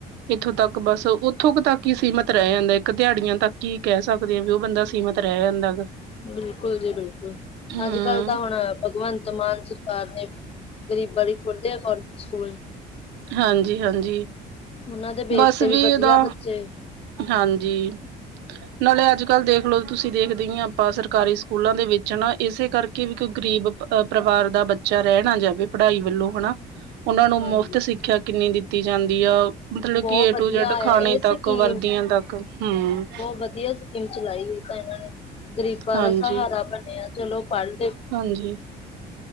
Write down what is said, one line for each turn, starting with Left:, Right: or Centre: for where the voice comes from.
Right: ਇੱਥੋਂ ਤੱਕ ਬਸ ਉੱਥੋਂ ਕ ਤੱਕ ਈ ਸੀਮਿਤ ਰੈ ਜਾਂਦਾ ਇੱਕ ਦਿਹਾੜੀਆਂ ਤੱਕ ਈ ਕੈ ਸਕ ਦੇ ਆ ਵੀ ਓ ਬੰਦਾ ਸੀਮਤ ਰੈ ਜਾਂਦਾ ਗਾ।
Left: ਬਿਲਕੁੱਲ ਜੀ ਬਿਲਕੁੱਲ
Right: ਹਮ
Left: ਅੱਜ-ਕੱਲ ਤਾਂ ਹੁਣ ਭਗਵੰਤ ਮਾਨ ਸਰਕਾਰ ਨੇ ਵੀ ਗ਼ਰੀਬਾਂ ਲਈ ਖੁਰ ਦੇ ਅਕੋਡਿਗ ਸਕੂਲ
Right: ਹਾਂਜੀ-ਹਾਂਜੀ,
Left: ਉਹਨਾਂ ਦੇ ਬੇਸ
Right: ਬਸ
Left: ਤੇ
Right: ਵੀ
Left: ਵਧੀਆ
Right: ਏਦਾ
Left: ਬੱਚੇ
Right: ਹਾਂਜੀ, ਨਾਲੇ ਅੱਜ-ਕੱਲ ਦੇਖਲੋ ਤੁਸੀਂ ਦੇਖਦੇ ਈ ਆਪਾਂ ਸਰਕਾਰੀ ਸਕੂਲਾਂ ਦੇ ਵਿੱਚ ਨਾ ਇਸੇ ਕਰਕੇ ਵੀ ਕੋਈ ਗ਼ਰੀਬ ਅ ਪਰਿਵਾਰ ਦਾ ਬੱ ਚਾ ਰੈ ਨਾ ਜਾਵੇ ਪੜਾਈ ਵੱਲੋਂ ਹਨਾ ਉਨਾਂ ਨੂੰ ਮੁਫ਼ਤ
Left: ਹਾਂਜੀ
Right: ਸਿੱਖਿਆ ਕਿੰਨੀ ਦਿੱਤੀ ਜਾਂਦੀ ਆ ਮਤਲਬ
Left: ਬਹੁਤ
Right: ਕਿ ਏ
Left: ਵਧੀਆ
Right: ਟੂ ਜੈਡ
Left: ਆਇਆ
Right: ਖਾਣੇ
Left: ਇਹ ਸਕੀਮ
Right: ਤੱਕ, ਵਰਦੀਆਂ ਤੱਕ ਹੂੰ।
Left: ਬਹੁਤ ਵਧੀਆ ਸਕੀਮ ਚਲਾਈ ਤਾਂ ਏਨਾਂ ਨੇ ਗ਼ਰੀਬਾਂ
Right: ਹਾਂਜੀ
Left: ਦਾ ਸਹਾਰਾ ਬਣਿਆ ਚਲੋ ਪੜ ਲਿ
Right: ਹਾਂਜੀ।